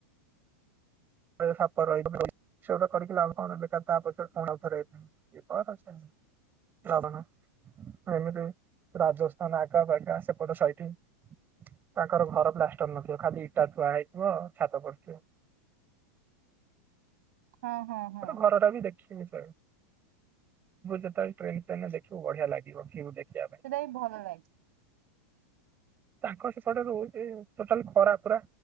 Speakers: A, on the right; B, on the right.
A: ସାପ ରହିବ ସେଗୋଟା କରିକି ଲାଭ କଣ ବେକାର ତା ପଛରେ କଣ ଆଉଥରେ ହେଇ <unintelligible> <unintelligible> ଏମିତି ରାଜସ୍ଥାନ ଆକାପଗା ସେପଟ ସଇଟି। ତାଙ୍କର ଘର ପ୍ଲାଷ୍ଟର ନଥିବ ଖାଲି ଇଟା ଥୁଆ ହେଇଥିବ ଛାତ ପଡିଥିବ।
B: ହଁ ହଁ ହଁ
A: ଗୋଟେ ଘର ଟା ବି ଦେଖ ଯିବୁ ଯେତେବେଳେ ଟ୍ରେନ୍ ଫ୍ରେନ ଦେଖିବୁ ବଢିଆ ଲାଗିବ ଭ୍ୟୁ ଦେଖିବା ପାଇଁ।
B: ସେଇଟା ବି ଭଲ ଲାଗେ।
A: ତାଙ୍କ ସେପଟେ ରହୁଛି ଟୋଟାଲ ଖରା ପରା।